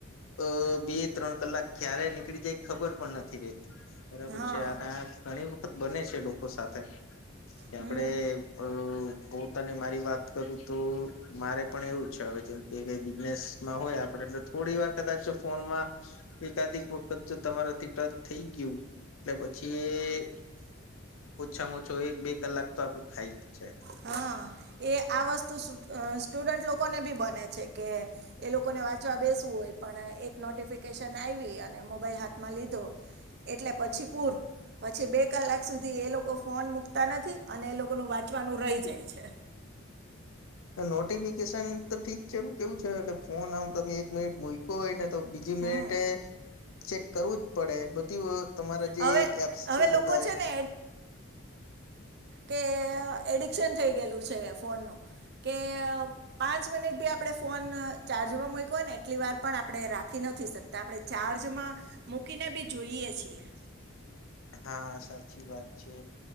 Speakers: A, on the left (about 80°); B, on the right (about 55°).
A: અ બે ત્રણ કલાક ક્યારે નીકળી જાય ખબર પણ નથી રતી. બરાબર
B: હા
A: છે અને આ ઘણી વખત બને છે, લોકો સાથે ત
B: હમ
A: આપડે અ બ તો ને મારી વાત કરું તો મારે પણ એવું છે, હવે જેમ કે બિઝનેસમાં હોય આપડેટલે થોડી વાર કદાચ ફોનમાં એકાદીક વખત તમારાથી ટચ થઈ ગયું એટલે પછી ઓછામાં ઓછો એક બે કલાક તો આપડું ખાઈ જ છે.
B: હા એ આ વસ્તુ સુ અ સ્ટુડન્ટ લોકોને ભી બને છે, કે એ લોકો ને વાંચવા બેસવું પણ એક નોટિફિકેશન આવી અને મોબાઈલ હા થ માં લીધો એટલે પછી પૂરુ પછી બે કલાક સુધી એ લોકો ફોન મુકતા નથી અને એ લોકોનું વાંચવાનું રહી જાય છે.
A: નોટિફિકેશન તો ઠીક છે, કેવું છે કે ફોન આમ તમે એક મિનિટ મૂકો હોય ને તો બીજી
B: હમ
A: મિનિટે ચેક કરવું પડે બધી તમારા જે
B: હવે
A: એપ્સ
B: હવે
A: છે,
B: લોકો
A: બધા એક
B: ને તે એડિક્શન થઈ ગયેલું છે, ફોનનું કે પાંચ મિનિટ બી આપણે ફોન ચાર ને એટ વાર આપણે રાખી નથી શકતા આપણે ચાર્જમાં મૂકીને બી જોઈએ છીએ.
A: હા સાચી વાત છે,